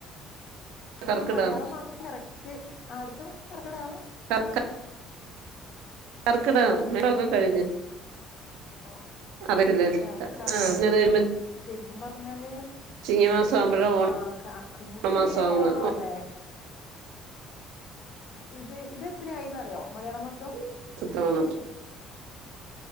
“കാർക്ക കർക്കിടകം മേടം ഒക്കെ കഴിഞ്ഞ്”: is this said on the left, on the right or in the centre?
Right